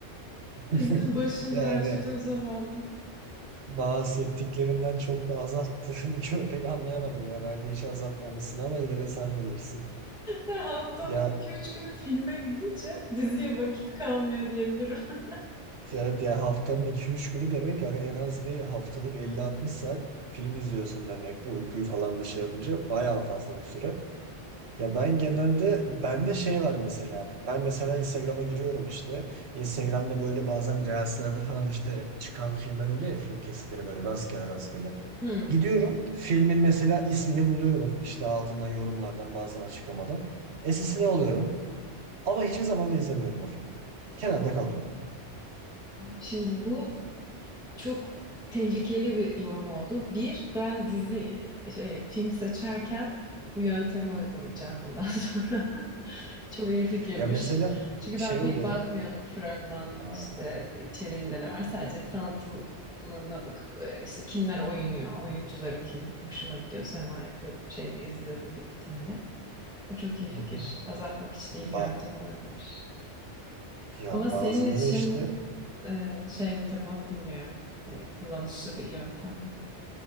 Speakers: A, on the right; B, in the centre.
A: <laughs>
B: Dizinin başında
A: Yani
B: harcadığım zamanı.
A: bahsettiklerinden çok da azalttığını <laughs> pek anlayamadım ya. Bence hiç azaltmamışsın ama yine de sen bilirsin.
B: Ve haftanın
A: Ya
B: iki üç günü filme gidince diziye vakit kalmıyor diyebilirim. <laughs>
A: Yani diğer haftanın iki üç günü demek hani en az bir haftalık elli altmış saat film izliyorsun demek. Bu uykuyu falan da şey yapınca bayağı fazla bir süre. Ya ben genelde bende şey var mesela. Ben mesela Instagram'a giriyorum işte. Instagram'da böyle bazen reelslerde falan işte çıkan filmler oluyor ya film kesitleri böyle rastgele rastgele.
B: Hmm.
A: Gidiyorum filmin mesela ismini buluyorum. İşte altından yorumlardan bazen açıklamadan. Esisine alıyorum. Ama hiçbir zaman da izlemiyorum o filmi. Kenarda
B: O-
A: kalıyor.
B: Şimdi bu çok tehlikeli bir yorum oldu. Bir, ben dizi şey, film seçerken bu yöntemi uygulayacağım bundan <laughs> sonra. Çok iyi fikirmiş.
A: Ya mesela
B: Çünkü
A: şey
B: ben pek
A: oluyor.
B: bakmıyordum fragman
A: Ha,
B: işte içeriğinde ne var. Sadece tanıtımına bakıp e, işte kimler oynuyor, oyuncuları kim, hoşuma gidiyorsa hemen yapıyordum. Şey izliyordum bir iki tane. O çok iyi fikir.
A: hı hı.
B: Azaltmak için
A: Ya,
B: iyi
A: ba-
B: bir yöntem olabilir.
A: ya
B: Ama senin
A: bazıları
B: için
A: işte
B: e, şey mi tabii onu bilmiyorum. Hani kullanışlı bir yöntem mi?